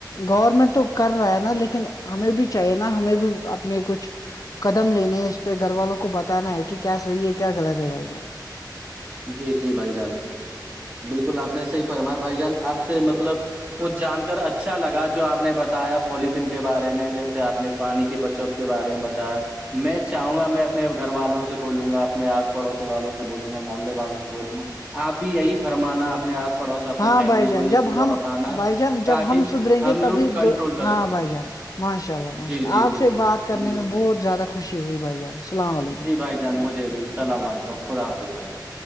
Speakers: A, on the left; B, on the right.
A: گورنمنٹ تو کر رہا ہے نا لیکن ہمیں بھی چاہیے نا ہمیں بھی اپنے کچھ قدم لینے اس پہ گھر والوں کو بتانا ہے کہ کیا صحیح ہے کیا غط ہے بھائی جان
B: جی جی بھائی جان بالکل آپ نے صحیح فرمایا بھائی جان آپ سے مطلب کچھ جان کر اچھا لگا جو آپ نے بتایا پلیتھین کے بارے میں جیسے آپ نے پانی کی بچت کے بارے میں بتا ہے میں چاہوں گا میں اپنے گھر والوں سے بولوں گا اپنے آس پڑوسی والوں سے بولوں گا محلے والوں سے بولوں گا آپ بھی یہی فرمانا اپنے آس پ پڑوس اپنی
A: ہاں
B: فیملی
A: بھائی جان
B: کو یہ
A: جب
B: پورا
A: ہم
B: بتانا
A: بھائی جان جب
B: تاکہ
A: ہم سدھریں
B: ہم
A: گے تبھی
B: لوگ کنٹرول
A: دو
B: کریں
A: ہاں بھائی جان ماشاء اللہ ماشاء
B: جی
A: اللہ
B: جی
A: آپ
B: جی
A: سے بات کرنے
B: بالکل
A: میں بہت زیادہ خوشی ہوئی بھائی جان السلام علیکم
B: جی بھائی جان مجھے بھی السلام علیکم خدا حافظ بھائی جان